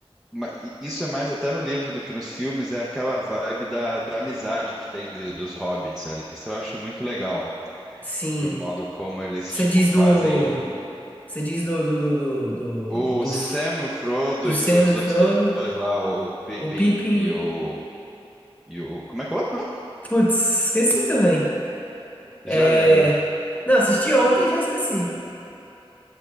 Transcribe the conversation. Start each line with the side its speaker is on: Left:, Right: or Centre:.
Centre: ma- i- Isso é mais até no livro do que nos filmes, é aquela vibe da, da amizade que tem de- dos hobbits ali. Isso eu acho muito legal,
Left: sim.
Centre: de um modo como eles,
Left: Você
Centre: tipo,
Left: diz
Centre: fazem
Left: do
Centre: o,
Left: Você diz do, do, do, do,
Centre: o
Left: do, do,
Centre: Sam,
Left: F-
Centre: o Frodo
Left: do
Centre: e
Left: Sam
Centre: os
Left: e o
Centre: outros
Left: Frodo,
Centre: dois lá, o Pippin
Left: o Pippin.
Centre: e o, e o... Como é que é o outro? mesmo?
Left: Putz, esqueci também. É...
Centre: Já lembro.
Left: Não, assisti ontem e já esqueci.